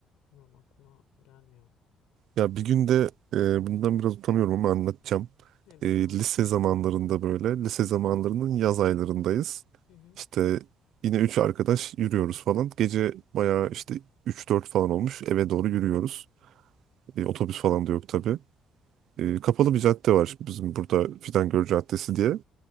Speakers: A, on the left; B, on the right.
A: bilmiyorum aklıma gelmiyor.
B: Ya bir gün de e, bundan biraz utanıyorum ama anlatacağım.
A: Neden
B: E,
A: anlat.
B: lise zamanlarında böyle, lise zamanlarının yaz aylarındayız.
A: Hı hı.
B: İşte yine üç arkadaş yürüyoruz falan. Gece bayağı işte üç dört falan olmuş. Eve doğru yürüyoruz. E, otobüs falan da yok tabii. E, kapalı bir cadde var şimdi bizim burada Fidangör Caddesi diye.